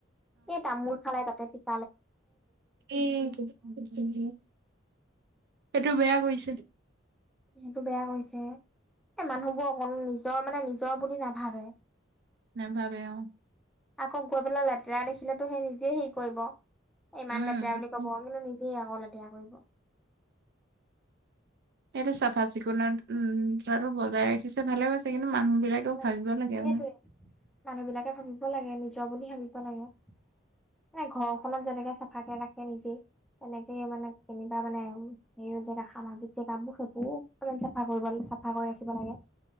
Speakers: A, in the centre; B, on the right.
A: এই তামোল ফেলাই তাতে পিক্।
B: ই। <unintelligible> সেইটো বেয়া কৰিছে।।
A: সেইটো বেয়া কৰিছে। এ মানুহবোৰ অকণো নিজৰ মানে নিজৰ বুলি নাভাবে।
B: নাভাবে অ'।
A: আকৌ গৈ পেলাই লেতেৰা দেখিলেতো সেই নিজে হেৰি কৰিব। ইমান
B: উম
A: লেতেৰা বুলি কব, কিন্তু নিজেই আকৌ লেতেৰা কৰিব। <inaudible>
B: সেইটো চাফা চিকুণত উম ধাৰাটো বজাই ৰাখিছে ভালে হৈছে কিন্তু। মানুহ বিলাকেও
A: উম,
B: ভাবিব লাগে
A: সেইটোয়ে
B: আৰু
A: মানুহ বিলাকে ভাবিব লাগে, নিজৰ বুলি ভাবিব লাগে। মানে ঘৰখনত যেনেকে চাফাকে ৰাখে নিজেই তেনেকে মানে কেনিবা মানে হেৰি। জেগা সামাজিক জেগাবোৰ সেইবোৰ অকমান চাফা কৰিব চাফা কৰি ৰাখিব লাগে।